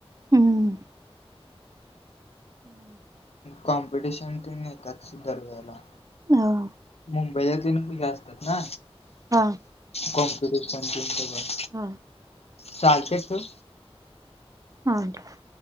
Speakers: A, on the right (about 35°); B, on the left (about 80°).
A: हम्म, हम्म,
B: कॉम्पिटिशन तेन येत्यात दरवेळेला.
A: हो,
B: मुंबई तन हो असतात ना
A: हा
B: कॉम्पिटिशन तन ते सगळं.
A: हा,
B: चालतंय ठेवू.
A: हा, ठेव.